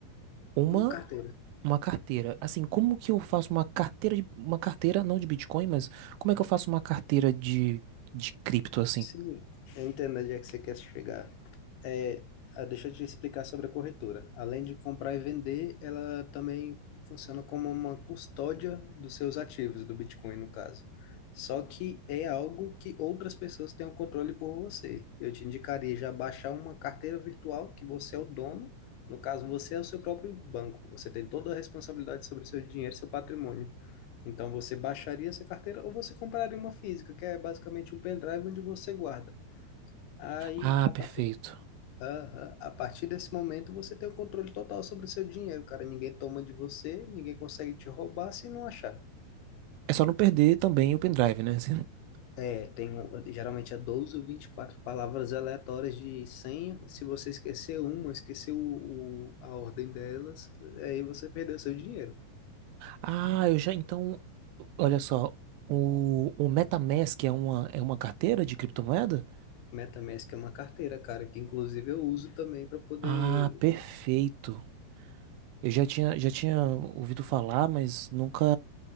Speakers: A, on the right; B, on the left.
A: uma,
B: Uma carteira.
A: uma carteira. Assim, como que eu faço uma carteira de, uma carteira não de Bitcoin, mas como é que eu faço uma carteira de, de cripto assim?
B: Sim, eu entendo onde é que você quer chegar. É, ah, deixa eu te explicar sobre a corretora. Além de comprar e vender, ela também funciona como uma custódia dos seus ativos, do Bitcoin, no caso. Só que é algo que outras pessoas têm o controle por você. Eu te indicaria já baixar uma carteira virtual que você é o dono. No caso, você é o seu próprio banco. Você tem toda a responsabilidade sobre o seu dinheiro, seu patrimônio. Então você baixaria essa carteira ou você compraria uma física, que é basicamente um pendrive onde você guarda. Aí,
A: Ah,
B: a
A: perfeito.
B: partir, Aham. a partir desse momento, você tem o controle total sobre o seu dinheiro, cara. Ninguém toma de você, ninguém consegue te roubar se não achar.
A: É só não perder também o pendrive, né? <laughs>
B: É, tem um- geralmente é 12 ou 24 palavras aleatórias de senha. Se você esquecer uma, esquecer o, o- a ordem delas, aí você perdeu seu dinheiro.
A: Ah, eu já, então, olha só, o, o MetaMask é uma, é uma carteira de criptomoeda?
B: MetaMask é uma carteira, cara, que inclusive eu uso também para poder
A: Ah, perfeito. Eu já tinha, já tinha ouvido falar, mas nunca,